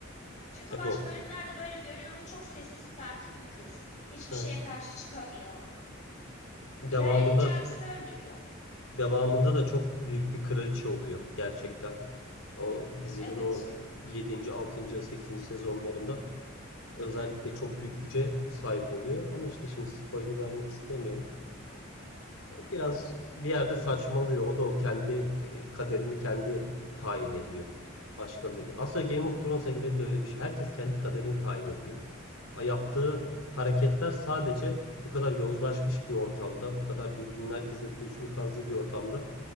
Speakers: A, on the left; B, on the left.
A: Çünkü
B: E
A: baş
B: doğru.
A: bölümlerde böyle görüyoruz çok sessiz sakin bir kız. Hiçbir
B: Evet.
A: şeye karşı çıkamıyor.
B: Devamında
A: İlerledikçe abisini öldürüyor.
B: devamında da çok büyük bir kraliçe oluyor gerçekten. O dizinin
A: Evet,
B: o yedinci 6. sekizinci sezonlarında özellikle çok büyük güce sahip oluyor. Ama işte şimdi spoiler vermek istemiyorum. O biraz bir yerde saçmalıyor. O da o kendi e, kaderini kendi tayin ediyor. Başkaları. Aslında Game of Thrones evreninde öyle bir şey. Herkes kendi kaderini tayin ediyor. A, yaptığı hareketler sadece bu kadar yozlaşmış bir ortamda, bu kadar birbirinin herkesin kuyusunu kazdığı bir ortamda